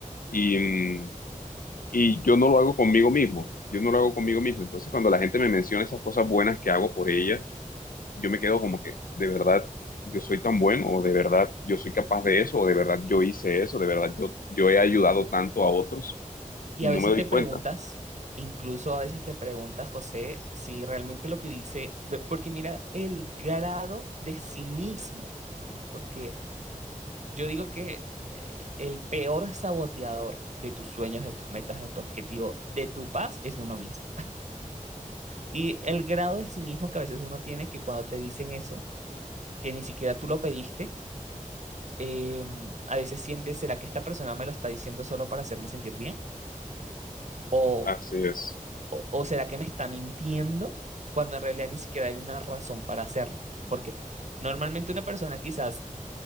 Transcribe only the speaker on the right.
Y
a
veces
te
preguntas, incluso a veces te preguntas, José, si realmente lo que dice, porque mira el grado de cinismo, porque Yo digo que eh, el peor saboteador de tus sueños, de tus metas, de tu objetivo, de tu paz es uno mismo. Y el grado de cinismo que a veces uno tiene que cuando te dicen eso, que ni siquiera tú lo pediste, eh, a veces sientes, ¿será que esta persona me lo está diciendo solo para hacerme sentir bien? ¿O,
o, o será que me está mintiendo cuando en realidad ni siquiera hay una razón para hacerlo? Porque normalmente una persona quizás